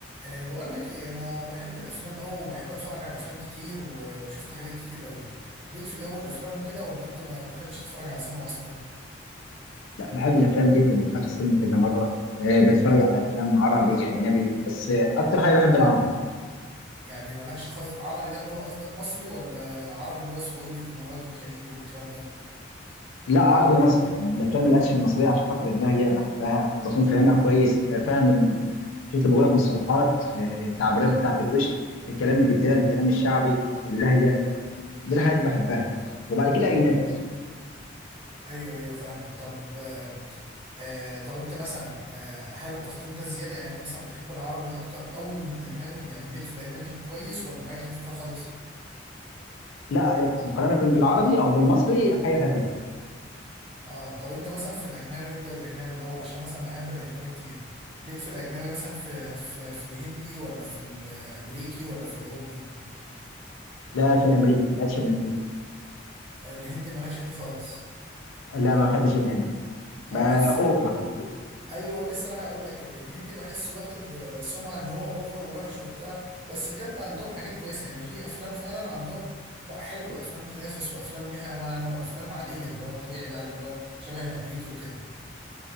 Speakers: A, on the right; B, on the left.
A: أه بقول لك ايه انا بحب الافلام قوي وبحب اتفرج على افلام كتير و- وشفت حاجات كتير قوي ليك في جو الافلام وكده ولا انت ما بتحبش تتفرج على سينما اصلا
B: لا بحب الافلام جدا دخلت السينما كذا مره أه بتفرج على افلام عربي اجنبي بس آه، اكتر حاجه بحب العربي
A: يعني مالكش خالص عربي ده اللي هو قصدك مصري ولا عربي اللي هو سعودي واماراتي وخليجي والكلام ده
B: لا عربي مصري يعني الافلام الاكشن المصريه عشان خاطر الله هي بحبها بكون فاهمها كويس آه، فاهم ال... شفت بقول لك مصطلحات آه، تعبيرات بتاعت الوش الكلام اللي بيتقال الكلام الشعبي اللهجه دي الحاجات اللي بحبها وبعد كده اجنبي
A: ايوه ايوه فاهمك طب أه آه، طب انت مثلا أه هل التفضيل ده زيادة يعني انت مثلا بتحب العربي اكتر قوي من الاجنبي يعني ليك في الاجنبي كويس ولا حاجة خفيفة خالص
B: لا آه، مقارنه بالعربي او بالمصري حاجه خفيفه
A: اه طب انت مثلا في الاجنبي نبدا بالاجنبي الاول عشان مثلا بحب الاجنبي كتير ليك في الاجنبي مثلا في في, في الهندي ولا في الامريكي ولا في الاوروبي
B: لا في الامريكي الاكشن الامريكي
A: الهندي مالكش فيه خالص
B: لا ما بحبش الهندي ما
A: انا بحس
B: اوفر
A: ايوه لسه راح اقول لك كده الهندي بحسه واخد آه، سمعه ان هو اوفر ووحش وبتاع بس بجد عندهم حاجات كويسه يعني في افلام فعلا عندهم لا حلوه افلام تنافس وافلام ليها معنى وافلام عاديه اللي هو الطبيعي بقى اللي هو شبه الامريكي وكده